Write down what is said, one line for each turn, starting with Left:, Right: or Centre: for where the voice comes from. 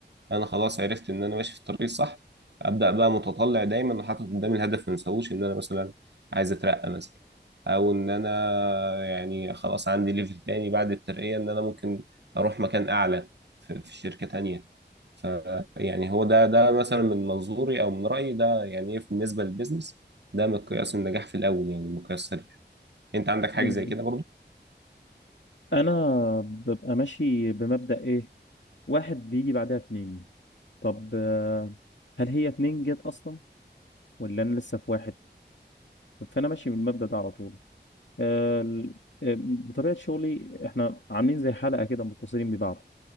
Right: انا خلاص عرفت ان انا ماشي في الطريق الصح ابدا بقى متطلع دايما وحاطط قدامي الهدف ما انساهوش ان انا مثلا عايز اترقى مثلا او ان انا يعني خلاص عندي ليفل تاني بعد الترقية ان انا ممكن اروح مكان اعلى في, في شركة تانية ف يعني هو ده ده مثلا من منظوري او من رأيي ده يعني ايه بالنسبة للبيزنس ده مقياس النجاح في الاول يعني مقياس سريع انت عندك حاجة
Left: جميل
Right: زي
Left: جدا
Right: كده
Left: انا ببقى ماشي بمبدأ ايه واحد بيجي بعدها اتنين طب آه، هل هي اتنين جت اصلا ولا انا لسه في واحد فانا ماشي من المبدأ ده على طول آه، ال- آه، بطبيعة شغلي احنا عاملين زي حلقة كده متصلين ببعض